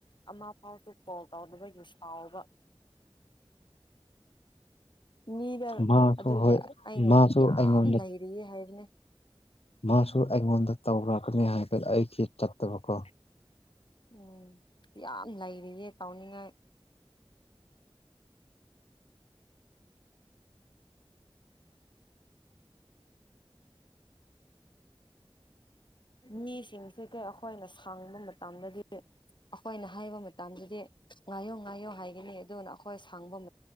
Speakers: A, on the left; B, on the left.
A: ꯑꯃ ꯐꯥꯎꯗꯨ ꯀꯣꯜ ꯇꯧꯅꯕ ꯌ ꯁꯥꯎꯕ ꯃꯤꯗ
B: ꯃꯥꯁꯨ
A: ꯑꯗꯨꯗꯤ
B: ꯍꯣꯏ
A: ꯑꯩꯅ
B: ꯃꯥꯁꯨ
A: ꯌꯥꯝ
B: ꯑꯩꯉꯣꯟꯗ
A: ꯅꯔꯤꯌꯦ ꯍꯥꯏꯕꯅꯦ
B: ꯃꯥꯁꯨ ꯑꯩꯉꯣꯟꯗ ꯇꯧꯔꯕꯅꯤ ꯍꯥꯏꯕꯗ ꯑꯩꯒꯤ ꯆꯠꯇꯕꯀꯣ
A: ꯎꯝ ꯌꯥꯝ ꯂꯩꯔꯤꯌꯦ ꯇꯧꯅꯤꯡꯉꯥꯏ ꯃꯤꯁꯤꯡꯁꯦ ꯀꯩ ꯑꯩꯈꯣꯏꯅ ꯁꯥꯡꯕ ꯃꯇꯝꯗꯗꯤ ꯑꯩꯈꯣꯏꯅ ꯍꯥꯏꯕ ꯃꯇꯝꯗꯗꯤ ꯉꯥꯏꯌꯣ ꯉꯥꯏꯌꯣ ꯍꯥꯏꯒꯅꯤ ꯑꯗꯨꯅ ꯑꯩꯈꯣꯏ ꯁꯥꯡꯕ